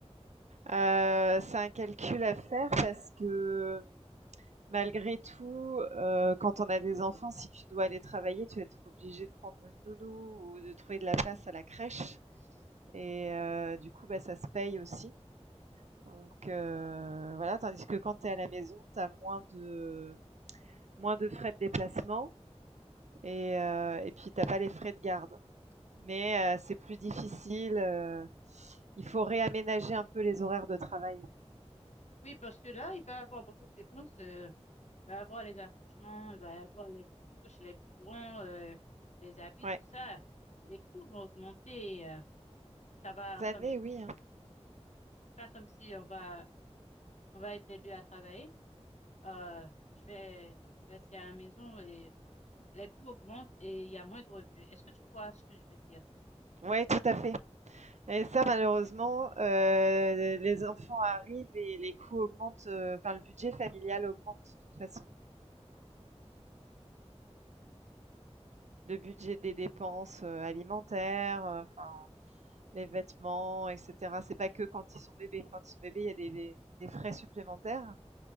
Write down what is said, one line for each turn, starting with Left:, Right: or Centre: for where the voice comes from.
Right: heu, c'est un calcul à faire parce que, malgré tout, heu, quand on a des enfants, si tu dois aller travailler, tu vas être obligé de prendre une nounou ou de trouver de la place à la crèche et heu, du coup, bah, ça se paye aussi. Donc heu, voilà, tandis que quand tu es à la maison, tu as moins de moins de frais de déplacement et heu et puis tu as pas les frais de garde. Mais heu, c'est plus difficile, heu, il faut réaménager un peu les horaires de travail.
Left: Oui, parce que là, il va y avoir beaucoup de dépenses. euh, il va y avoir les accouchements, il va y avoir les couches, les biberons, euh, les habits,
Right: Ouais.
Left: tout ça. Les coûts vont augmenter. euh, ça va
Right: Des années,
Left: comme,
Right: oui, hein.
Left: c'est pas comme si on va, on va être les deux à travailler. Euh, je vais rester à la maison et les coûts augmentent et il y a moins de revenus. Est-ce que tu vois ce que je veux dire?
Right: Ouais, tout à fait et ça malheureusement, heu, les enfants arrivent et les coûts augmentent, heu, enfin le budget familial augmente de toute façon. Le budget des dépenses, heu, alimentaires, heu, enfin les vêtements, etc. C'est pas que quand ils sont bébés. Quand ils sont bébés, il y a des, des- des frais supplémentaires,